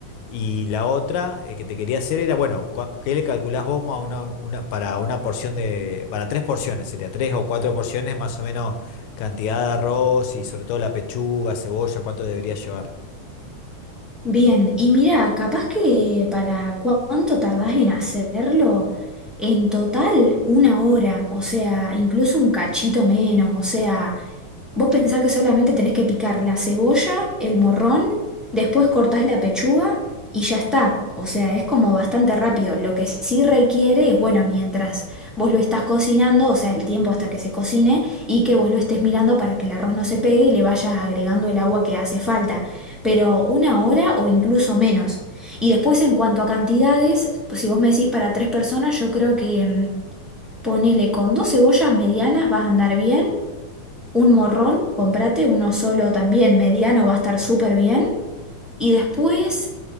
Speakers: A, on the left (about 75°); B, in the centre.
A: Y la otra eh, que te quería hacer era, bueno, cua- ¿qué le calculás vos a una, una- para una porción de, para tres porciones? Sería tres o cuatro porciones, más o menos cantidad de arroz y sobre todo la pechuga, cebolla, ¿cuánto debería llevar?
B: Bien, y mira, capaz que para cu- cuánto tardás en hacerlo, en total una hora, o sea, incluso un cachito menos, o sea... Vos pensás que solamente tenés que picar la cebolla, el morrón, después cortás la pechuga y ya está. O sea, es como bastante rápido. Lo que sí requiere es, bueno, mientras vos lo estás cocinando, o sea, el tiempo hasta que se cocine y que vos lo estés mirando para que el arroz no se pegue y le vayas agregando el agua que hace falta. Pero una hora o incluso menos. Y después en cuanto a cantidades, pues si vos me decís para tres personas, yo creo que mm, ponele con dos cebollas medianas vas a andar bien un morrón, comprate uno solo también, mediano, va a estar súper bien. Y después